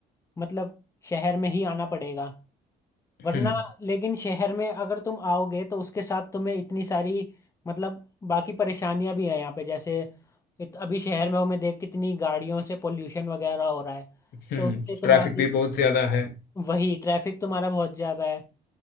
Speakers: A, on the left (about 20°); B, on the left (about 65°).
A: मतलब शहर में ही आना पड़ेगा वरना
B: हम्म
A: लेकिन शहर में अगर तुम आओगे तो उसके साथ तुम्हें इतनी सारी मतलब बाकी परेशानियां भी हैं यहाँ पे जैसे इत, अभी शहर में हूँ मैं देख कितनी गाड़ियों से पोल्यूशन वगैरह हो रहा है
B: हम्म
A: तो उससे तुम्हारी
B: ट्रैफिक भी बहुत ज्यादा है
A: वही ट्रैफिक तुम्हारा बहुत ज़्यादा है